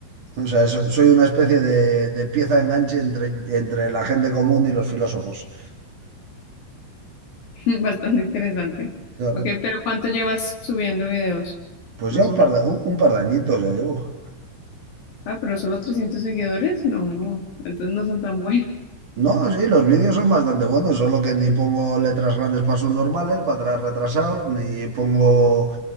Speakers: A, on the right (about 50°); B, on the left (about 55°).
A: O sea, so- soy una especie de, de pieza de enganche entre, entre la gente común y los filósofos.
B: <laughs> bastante interesante.
A: Claro,
B: Ok, pero ¿cuánto llevas subiendo videos?
A: pues
B: Más
A: ya un
B: o
A: par
B: menos.
A: de, un, un par de añitos ya llevo.
B: Ah, pero solo 300 seguidores, no, entonces no son tan buenos.
A: No, sí, los vídeos son bastante buenos, solo que ni pongo letras grandes para normales para atrás retrasados, ni pongo